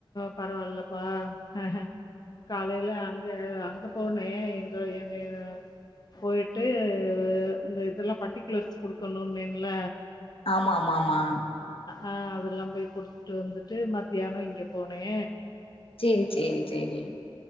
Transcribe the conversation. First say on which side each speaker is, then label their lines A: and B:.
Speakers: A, on the left; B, on the left.
A: பரவால்லப்பா அ காலையில அங்க அங்க போனே எங்க என்னைய போயிட்டு இந்த இதெல்லா பர்ட்டிகுலர்ஸ் குடுக்கணு இன்னேன்ல
B: ஆம மா மா
A: ஆ அதெல்லா போய் குடுத்துட்டு வந்துட்டு மத்தியானோ இங்க போனே
B: சேரி சேரி சேரி